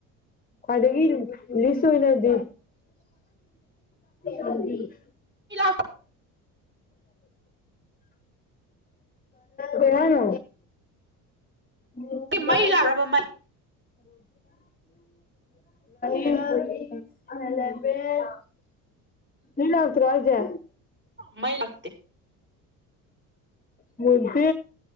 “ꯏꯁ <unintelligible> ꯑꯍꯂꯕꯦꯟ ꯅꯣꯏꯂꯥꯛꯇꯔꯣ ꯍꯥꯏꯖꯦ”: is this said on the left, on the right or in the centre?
Left